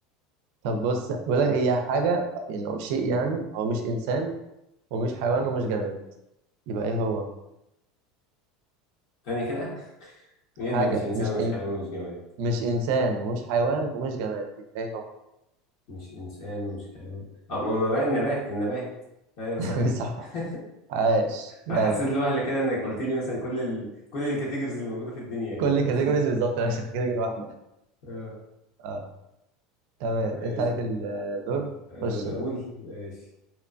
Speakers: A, on the right (about 70°); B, on the left (about 65°).
A: طب بص بقول لك هي حاجه يعني او شيء يعني هو مش انسان ومش حيوان ومش جماد يبقى ايه هو
B: تاني كده ايه
A: حاجه
B: اللي مش انسان
A: مش
B: ومش
A: إن...
B: حيوان ومش جماد
A: مش انسان ومش حيوان ومش جماد يبقى ايه هو
B: مش انسان ومش حيوان اه ما ما بقى النبات النبات ايوه صح
A: <laughs>
B: كده
A: صح
B: <laughs>
A: عاش جامد
B: انا حسيت لوهله كده انك قلت لي مثلا كل ال... كل الكاتيجوريز اللي موجوده في الدنيا يعني
A: كل كاتيجوريز
B: <laughs>
A: بالظبط لا كاتيجوري واحده
B: اه
A: اه تمام
B: ماشي
A: انت عليك الدور
B: انا
A: خش
B: اللي
A: بقى
B: اقول ماشي